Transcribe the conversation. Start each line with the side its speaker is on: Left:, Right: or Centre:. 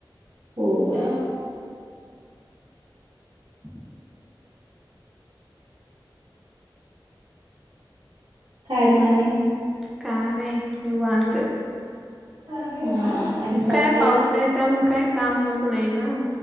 Right: होय.
Centre: <unintelligible>
Right: काय म आणि
Centre: का नाही निवांत
Right: हा आणि बाकी
Centre: काय पाऊस नाही त्यामुळे काय कामच नाही ना.